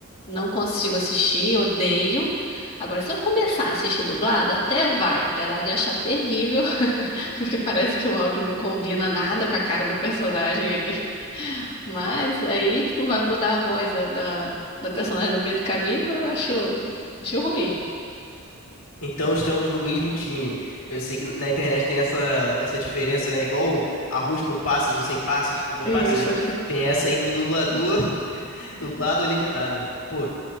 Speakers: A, on the left; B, on the left.
A: Não consigo assistir, odeio. Agora, se eu começar a assistir dublado, até vai, apesar de achar terrível. Porque parece que o áudio não combina nada com a cara do personagem ali. Mas aí, tipo, vai mudar a voz da, da, da personagem no meio do caminho, eu acho, acho ruim.
B: Então estamos no mesmo time. Eu sei que na internet tem essa, essa diferença, né? Igual arroz com passas ou sem passas, com uva
A: Isso.
B: passa, né? Tem essa aí do dublador, <laughs> dublado ou legendado. Pô,